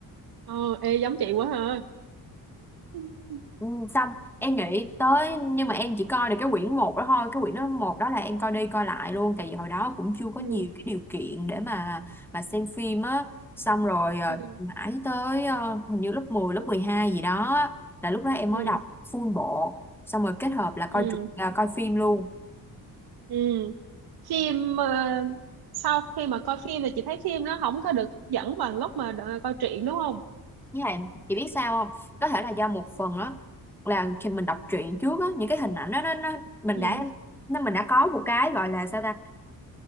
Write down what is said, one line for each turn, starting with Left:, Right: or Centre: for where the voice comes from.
Right: ừ. ê giống chị quá ha <laughs>
Centre: Ừ, xong em nghĩ tới nhưng mà em chỉ coi được cái quyển một đó thôi cái quyển đó một đó là em coi đi coi lại luôn tại vì hồi đó cũng chưa có
Right: ừ
Centre: nhiều cái điều kiện để mà mà xem phim á xong rồi ờ,
Right: ừ
Centre: mãi tới ờ, hình như lớp mười lớp 12 gì đó là lúc đó em
Right: ừ
Centre: mới đọc full bộ xong rồi kết hợp là coi
Right: ừ
Centre: truyện à, coi phim luôn
Right: ừ phim ờ, sau khi mà coi phim thì chị thấy phim nó không có được hấp dẫn bằng lúc mà đ- coi truyện đúng không
Centre: với lại chị biết sao không có thể là do một phần á là khi mình đọc truyện trước á những cái hình ảnh đó nó, nó mình
Right: ừ.
Centre: đã nó mình đã có một cái gọi là sao ta